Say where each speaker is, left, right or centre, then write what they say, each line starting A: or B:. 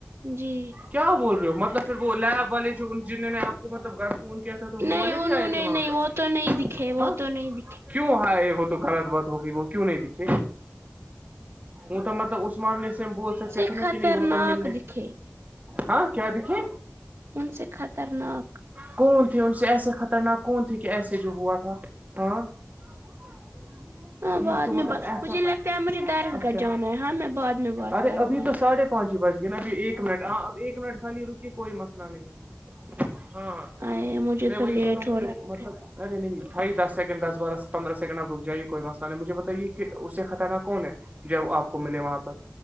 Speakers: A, on the right; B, on the right.
A: جی
B: کیا بول رہے ہو مطلب پھر وہو لیب والے جو ان جنر نے آپ کو مطلب گھر فون کیا تھا تو وہ
A: نہیں
B: والے بھی
A: انہوں
B: آئے تھے
A: نے
B: وہاں
A: نہیں
B: پر
A: وہ تو نہیں دکھے
B: ہاں
A: وہ تو نہیں دکھے
B: کیوں ہے وہ تو غلط بات ہوگئی وہ کیوں نہیں دکھے وہ تو مطلب اس معاملے سے ہم بول
A: ان
B: سکتے
A: سے
B: تھے نا
A: خطرناک
B: کہ نہیں وہ تو ملنے
A: دکھے
B: ہاں کیا دکھے
A: ان سے خطنااک
B: کون تھے ان سے ایسے خطرناک کون تھے کہ ایسے جو ہوا تھا ہاں <inaudible>
A: ہاں
B: ٹھیک
A: بعد
B: تو مطلب
A: میں بات
B: ایسا
A: مجھے لگتا ہے مجھے دارس
B: اچھا
A: گاہ جانا ہے ہاں میں بعد میں بات
B: ارے
A: کروں
B: ابھی
A: گی
B: تو ساڑھے پہنچی بچ گ نا ابھی ایک منٹ ہاں اب ایک منٹ خالی رکی کوئی مسئلہ نہیں ہے ہاں
A: ا مجھے
B: میں وہی
A: تو لیٹ
B: کہہ ہوں
A: ہو
B: کہ
A: رہا
B: مطلب
A: ہے
B: ارے نہیں بھائی دس سیکنڈ دس بارہ پندرہ سیکنڈ آپ رک جائیے کوئی مسئلہ نہیں مجھے بتائیے کہ اس سے خطرناک کون ہے ج وہ آپ کو ملے وہاں پر